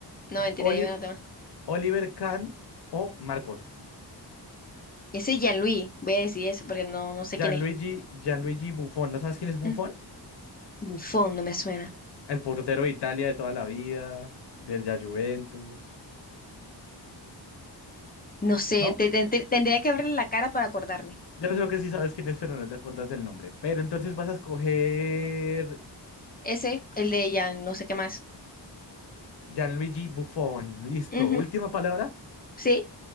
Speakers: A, on the left; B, on the left.
A: No, mentira,
B: Oli-
A: dime otro más.
B: Oliver Kahn o Marcos.
A: Ese Gianluis. Voy a decir eso porque no, no sé
B: Gianluigi,
A: quién es.
B: Gianluigi Buffon, ¿no sabes quién es Buffon?
A: Mm, Buffon no me suena.
B: El portero de Italia de toda la vida, del la Juventus.
A: No sé,
B: ¿No?
A: te- te- te- tendría que verle la cara para acordarme.
B: Yo creo que sí sabes quién es, pero no te acuerdas del nombre. Pero entonces vas a escoger
A: Ese, el de Jan, no sé qué más.
B: Gianluigi Buffon. Listo.
A: Ujú,
B: Última palabra.
A: Sí.